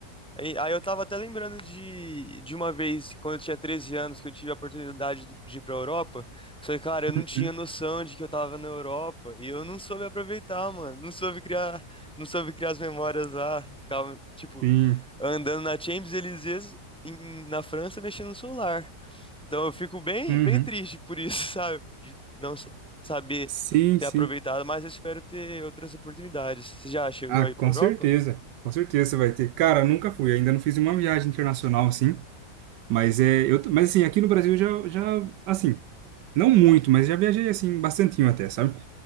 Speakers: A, in the centre; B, on the right.
A: Aí, aí eu tava até lembrando de, de uma vez, quando eu tinha 13 anos, que eu tive a oportunidade de, de ir pra Europa. Só que, cara, eu não
B: Uhum.
A: tinha noção de que eu tava na Europa. E eu não soube aproveitar, mano. Não soube criar, não soube criar as memórias lá. Ficava, tipo,
B: Sim.
A: andando na Champs-Élysées em- na França, mexendo no celular. Então eu fico bem,
B: Uhum.
A: bem triste por isso, <laughs> sabe? De não sa- saber
B: Sim,
A: ter
B: sim.
A: aproveitado, mas eu espero ter outras oportunidades. Você já chegou
B: Ah,
A: aí
B: com
A: pra Europa?
B: certeza. Com certeza você vai ter. Cara, nunca fui, ainda não fiz uma viagem internacional assim, mas é, eu, mas assim, aqui no Brasil eu já já assim, não muito, mas já viajei assim bastantinho até, sabe?